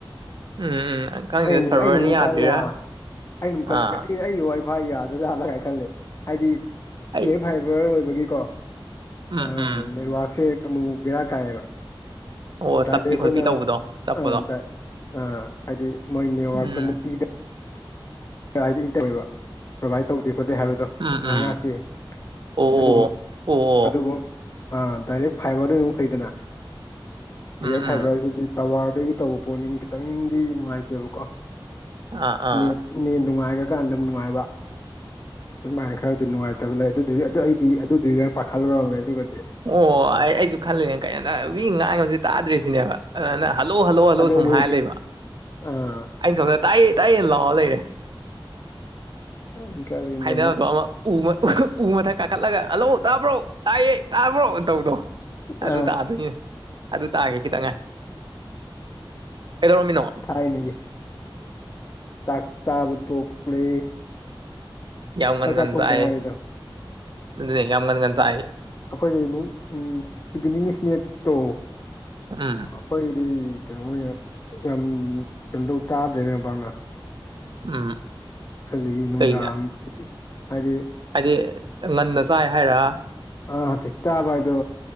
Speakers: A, on the right; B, on the left.
A: ꯎꯝ ꯎꯝ ꯈꯪꯗꯦ
B: ꯑꯩ ꯑꯃꯨꯛ
A: ꯁꯔꯚꯔꯅ
B: ꯑꯩꯅ ꯑꯃꯨꯛ
A: ꯌꯥꯗ꯭ꯔꯤꯔꯥ
B: ꯈꯜꯂꯦ ꯑꯩꯅ ꯑꯃꯨꯛꯜꯂ
A: ꯑꯥ
B: ꯑꯩ ꯋꯥꯐꯥꯏ ꯌꯥꯗ꯭ꯔꯥꯖꯥꯠꯂꯒꯥꯏ ꯈꯜꯂꯦ ꯍꯥꯏꯗꯤ
A: ꯑꯩ
B: ꯏꯌꯔ ꯐꯥꯏꯕꯔ ꯑꯣꯏꯕꯒꯤꯀꯣ
A: ꯎꯝ
B: ꯑ
A: ꯎꯝ
B: ꯅꯦꯠꯋꯥꯛꯁꯦ ꯑꯃꯨꯛꯛ ꯕꯦꯔꯥ ꯀꯥꯏꯑꯕ
A: ꯑꯣ
B: ꯗꯥꯏꯔꯦꯛ
A: ꯇꯞꯄꯤ
B: ꯑꯩꯈꯣꯏꯅ
A: ꯈꯣꯠꯄꯤ ꯇꯧꯕꯗꯣ ꯆꯠꯄꯗꯣ
B: ꯑꯥ ꯑꯥ ꯍꯥꯏꯗꯤ ꯃꯣꯏ ꯅꯅꯤꯌꯨꯋꯔꯇꯨꯛ
A: ꯎꯝ
B: ꯀ ꯍꯥꯏꯗꯤ ꯏꯪ ꯇꯧꯋꯦꯕ ꯄ꯭ꯔꯣꯕꯥꯏꯠ ꯇꯧꯗꯦ ꯈꯣꯠꯇꯦ ꯍꯥꯏꯕꯗꯣ
A: ꯎꯝ ꯎꯝ
B: ꯉꯍ ꯉꯥꯛꯇꯦ
A: ꯑꯣ
B: ꯑꯗꯨꯒ
A: ꯑꯣ ꯑꯣ
B: ꯑꯗꯨꯕꯨ ꯗꯥꯏꯔꯦꯛ ꯐꯥꯏꯕꯔꯗꯨ ꯑꯗꯨꯝ ꯐꯩꯗꯅ
A: ꯎꯝ
B: ꯏꯌꯔ ꯐꯥꯏꯕꯔꯁꯤꯗꯤ
A: ꯎꯝ
B: ꯇꯋꯥꯔꯗꯒꯤ ꯇꯧꯕ ꯄꯣꯠꯅꯤꯅ ꯈꯤꯇꯪꯗꯤ ꯅꯨꯡꯉꯥꯏꯇꯦꯕꯀꯣ
A: ꯑꯥ ꯑꯥ
B: ꯅꯦꯠ ꯅꯨꯡꯉꯥꯏꯈ꯭ꯔꯀꯥꯟꯗꯝ ꯅꯨꯡꯉꯥꯏꯕ ꯑꯗꯨꯃꯥꯏꯅ ꯈꯔꯗꯤ ꯅꯨꯡꯉꯥꯏꯇꯕ ꯂꯩ ꯑꯗꯨꯗꯨꯒꯤ ꯑꯗꯨ ꯑꯩꯗꯤ ꯑꯗꯨꯗꯨꯒꯤ ꯈ ꯄꯥꯈꯠꯂꯨꯔꯕꯃꯦ ꯑꯗꯨꯗꯤ
A: ꯑꯣ ꯑꯩ ꯑꯩꯁꯨ ꯈꯜꯂꯤꯦ ꯀꯩꯅꯣꯗ ꯋ ꯉꯥꯡꯉꯕꯕꯁꯤ ꯇꯥꯗ꯭ꯔꯤꯁꯤꯅꯦꯕ ꯑꯗꯨꯅ ꯍꯜꯂꯣ ꯍꯜꯂꯨ ꯍꯜꯂꯨ
B: ꯑꯗꯨꯅꯤ
A: ꯁꯨꯝ ꯍꯥꯏ ꯂꯩꯕ
B: ꯑꯥ
A: ꯑꯩꯅ ꯁꯣꯝꯗ ꯇꯥꯛꯑꯦ ꯇꯥꯛꯑꯦꯅ ꯂꯥꯛꯑꯣ ꯂꯩꯔꯦ
B: ꯏꯪꯀ
A: ꯍꯥꯏꯅꯕꯗꯣ
B: ꯅꯤꯃꯣ
A: ꯑꯃ ꯎ ꯎ ꯃꯊꯛ ꯀꯥꯈꯠꯂꯒ ꯍꯜꯂꯧ ꯇꯥꯕ꯭ꯔꯣ ꯇꯥꯏꯌꯦ ꯇꯥꯕ꯭ꯔꯣꯅ ꯇꯧꯕꯗꯣ ꯑꯗꯨ
B: ꯑꯥ
A: ꯇꯥ ꯑꯗꯨꯅꯤ ꯑꯗꯨ ꯇꯥꯒꯦ ꯈꯤꯇꯪꯉꯥꯏ ꯀꯩꯗꯧꯔꯝꯃꯤꯅꯣ
B: ꯊꯥꯏꯅꯒꯤ ꯆꯥꯛ ꯆꯥꯕ ꯇꯣꯛꯂꯦ
A: ꯌꯥꯃꯒꯟꯒꯟ
B: ꯆꯥꯛꯆꯥ ꯇꯣꯛꯇ
A: ꯆꯑ
B: ꯉꯥꯏꯔꯤꯗ
A: ꯑꯗꯨ ꯌꯥꯃꯒꯟꯒꯟ ꯆꯑ
B: ꯑꯩꯈꯣꯏꯗ ꯑꯃꯨꯛ ꯏꯚꯤꯅꯤꯡ ꯏꯁꯅꯦꯦꯛ ꯇꯧ
A: ꯎꯝ
B: ꯍꯥꯄꯩꯗꯤ ꯀꯩꯅꯣꯣꯏ ꯌꯥꯝ ꯀꯩꯅꯣ ꯇꯧ ꯆꯥꯗ꯭ꯔꯦ ꯃꯦꯝꯄꯥꯛꯅ
A: ꯎꯝ
B: ꯑꯗꯒꯤ ꯅꯨꯡꯗꯥꯡ
A: ꯀꯩꯒꯤ
B: ꯍꯥꯏꯗꯤ
A: ꯍꯥꯏꯗꯤ ꯉꯟꯅ ꯆꯥꯏ ꯍꯥꯏꯔꯥ꯫
B: ꯑꯥ ꯇꯤꯠ ꯆꯥꯕ ꯍꯥꯏꯗꯣ